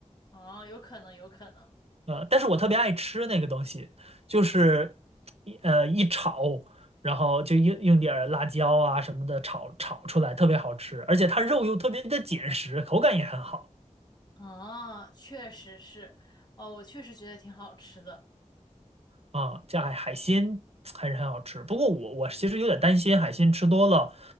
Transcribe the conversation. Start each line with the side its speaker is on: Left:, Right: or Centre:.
Left: 哦，有可能，有可能。
Right: 呃，但是我特别爱吃那个东西，就是一呃一炒，然后就用用点儿辣椒啊什么的炒炒出来，特别好吃，而且它肉又特别的紧实，口感也很好
Left: 哦，确实是。哦，我确实觉得挺好吃的。
Right: 啊。这海海鲜还是很好吃，不过我我其实有点担心海鲜吃多了